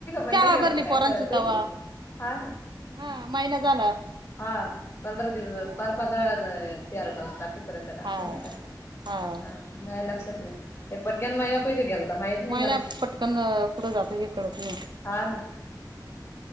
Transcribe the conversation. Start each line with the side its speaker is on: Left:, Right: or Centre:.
Left: महिना
Right: शाळा
Left: गेला
Right: भरली
Left: तर काही
Right: पोरांची
Left: कळतही
Right: तवा.
Left: नाही हा ना
Right: हा महिना झाला.
Left: हा पधरा दिवस
Right: हा
Left: पार पंधरा- तेरा चौदा तारखे पर्यंत टाकले
Right: हा
Left: नई का? हा माझ्या लक्षात नई. एक पटक्यान महिना <unintelligible> गेला तर माहीत नाही
Right: महिना
Left: झालं
Right: पटकन कुठं जात हे कळत नई.
Left: हा ना
Right: हा